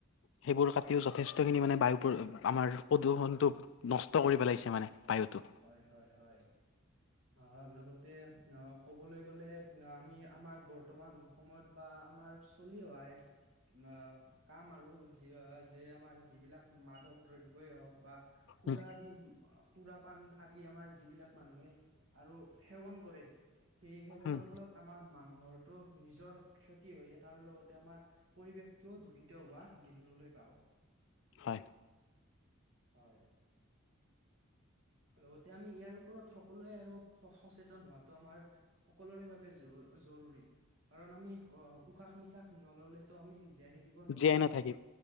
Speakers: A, on the left; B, on the right.
A: সেইবোৰ কাটিও যথেষ্টখিনি মানে বায়ু প্ৰদূ আমাৰ প্ৰদূষণটোক নষ্ট কৰি পেলাইছে মানে বায়ুতো।
B: হয় হয় হয়। অ' লগতে অ' কবলে গ'লে আমি আমাৰ বৰ্তমান সময়ত বা আমাৰ চলি অহা এক অ' কাম আৰু যি যে আমাৰ যিবিলাক মাদক দ্ৰব্যই হওঁক বা <unintelligible>
A: উম
B: পান আদি আমাৰ যিবিলাক মানুহে আৰু সেৱন কৰে। সেই সেৱনৰ
A: উম
B: ফলত আমাৰ মানুহৰ তো নিজৰ ক্ষতি হয়ে তাৰ লগতে আমাৰ পৰিৱেশটোও দূষিত হোৱা দেখিবলৈ পাওঁ।
A: হয়।
B: হয়। লগতে আমি ইয়াৰ ওপৰত সকলোৱে আৰু সচেতন হোৱাটো আমাৰ সকলোৰে বাবে জ জৰুৰী। কাৰণ আমি অ' উশাহ নিশাহ নল'লে তো আমি জীয়াই থাকি দিব নোৱাৰো
A: জীয়াই নাথাকিম